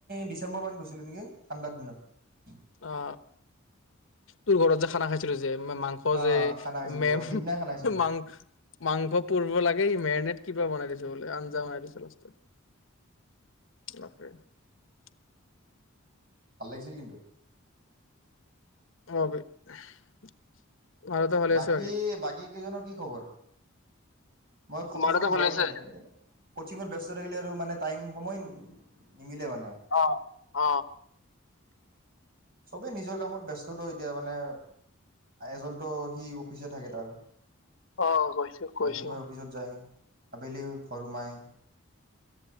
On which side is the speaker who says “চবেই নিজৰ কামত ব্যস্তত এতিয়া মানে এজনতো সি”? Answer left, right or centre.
Right